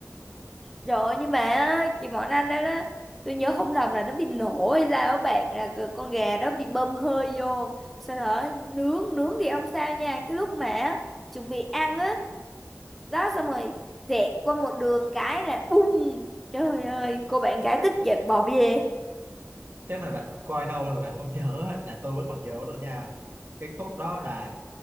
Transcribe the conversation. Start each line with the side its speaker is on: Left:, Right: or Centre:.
Centre: Trời ơi, nhưng mà á, chị Mọn Anh đó đó tôi nhớ không lầm là nó bị nổ hay sao á bạn là c- con gà đó bị bơm hơi vô sau đó nướng nướng thì không sao nha cái lúc mà á, chuẩn bị ăn á đó xong rồi xẹt qua một đường cái là bum trời ơi cô bạn gái tức giận bỏ về
Right: chắc là bạn coi lâu rồi bạn không nhớ á. là tôi vẫn còn nhớ được nha cái khúc đó là